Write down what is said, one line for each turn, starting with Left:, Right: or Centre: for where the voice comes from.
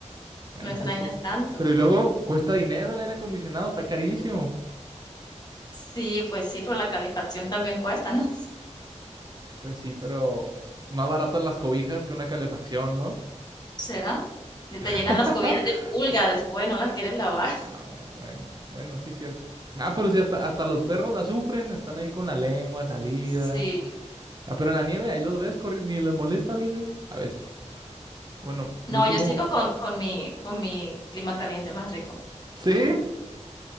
Right: Bueno,
Left: no extrañas
Right: eso es... ot-
Left: tanto.
Right: Pero y luego cuesta dinero el aire acondicionado, está carísimo.
Left: Sí, pues sí, pero la calefacción también cuesta, ¿no?
Right: Pues sí, pero más baratas las cobijas que una calefacción, ¿no?
Left: ¿Será? Se
Right: <laughs>
Left: te llenan las cobijas de pulga después, no las quieres lavar.
Right: Ah,
Left: <laughs>
Right: bueno, bueno, bueno, sí es cierto. Ah, pero sí, hasta, hasta los perros la sufren, están ahí con la lengua salida.
Left: Sí.
Right: Ah, pero en la nieve ahí los ves corriendo, ni les molesta a veces. A veces. Bueno,
Left: No,
Right: yo
Left: yo
Right: tengo...
Left: sigo con con mi con mi clima caliente más rico.
Right: ¿Sí?